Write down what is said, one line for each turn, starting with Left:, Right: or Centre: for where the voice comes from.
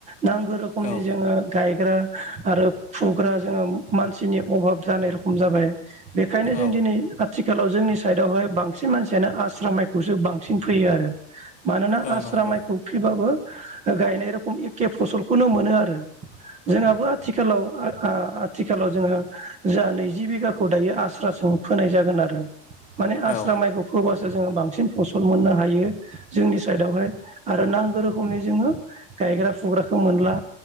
Right: नांगौ रोखोमनि
Left: औ
Right: जोङो गायग्रा आरो फुग्रा। मानसिनि अभाब जानाय रखम जाबाय बेनिखायनो जों
Left: औ
Right: दिनै आथिखाल आथिखालाव जोंनि साइडआवहाय बांसिन मानसियानो आस्रा माइखौसो बांसिन फैयो आरो। मानोना
Left: औ
Right: आस्रा
Left: नंगौ
Right: माइखौ खुबैबाबो। गायनाय रखम एखे फसलखौनो मोनो आरो जोंहाबो आथिखालाव। आथिखालाव जोङो जा नैजि बिगाखौ दायो आस्रासों फोनाय जागोन आरो। माने आस्रा
Left: औ
Right: माइखौ फोबासो। जोंक्षबांसिन फसल मोननो हायो जोंनि साइडआवहाय आरो नांगौ रोखोमनि जोङो। गायग्रा फुग्राखौ मोनला